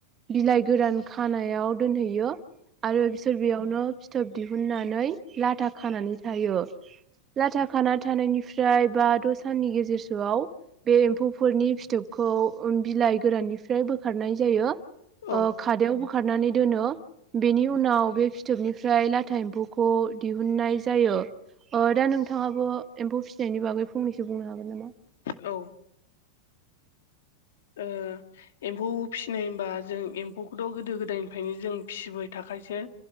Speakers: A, on the right (about 20°); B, on the left (about 80°).
A: बिलाइ गोरान खानायाव दोनहैयो आरो बिसोर बेयावनो फिथोब दिहुननानै लाथा खानानै थायो। लाथा खाना थानायनिफ्राय बा द' साननि गेजेरसोआव बे एम्फौफोरनि फिथोबखौ बिलाइ गोराननिफ्राय बोखारनाय जायो।
B: औ
A: ओ खादायाव बोखारनानै दोनो। बेनि उनाव बे फिथोबनिफ्राय लाथा एम्फौखौ दिहुननाय जायो। ओ दा नोंथाङाबो एम्फौ फिसिनायनि बागै फंनैसो बुंनो हागोन नामा?
B: औ। ओ एम्फौ फिसिनाय होनबा जों एम्फौखौथ' गोदो गोदायनिफ्रायनो जों फिसिबाय थाखासो।